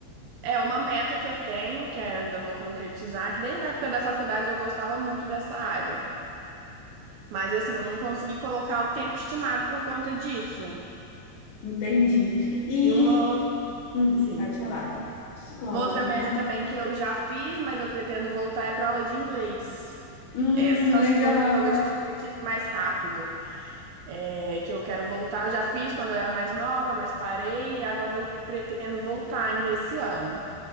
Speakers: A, on the right; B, on the left.
A: É uma meta que eu tenho, que eu ainda vou concretizar, que desde a época da faculdade eu gostava muito dessa área. Mas assim, eu não consegui colocar o tempo estimado por conta disso.
B: Entendi. E,
A: E uma outra,
B: hum,
A: sim.
B: pode falar. Qual
A: Uma outra
B: outra
A: meta
B: meta?
A: também que eu já fiz, mas eu pretendo voltar é para aula de inglês.
B: Hum,
A: Essa eu acho
B: legal.
A: que eu talvez concretize mais rápido. É, que eu quero voltar, eu já fiz quando eu era mais nova, mas parei e agora eu pretendo voltar ainda esse ano.